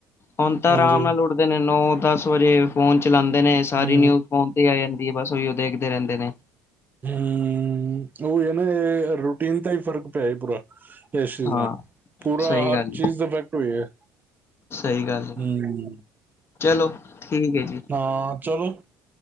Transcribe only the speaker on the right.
ਹਾਂਜੀ
ਹੂੰ
ਹੂੰ ਉਹ ਇਹ ਨਾ ਰੂਟੀਨ ਦਾ ਹੀ ਫ਼ਰਕ ਪਿਆ ਪੂਰਾ। ਇਸ ਚੀਜ਼
ਨਾਲ ਪੂਰਾ
ਹਰ
ਚੀਜ਼ ਦਾ ਇਫੈਕਟ ਹੋਈ ਹੈ।
ਹਮ <unintelligible>
ਹਾਂ, ਚਲੋ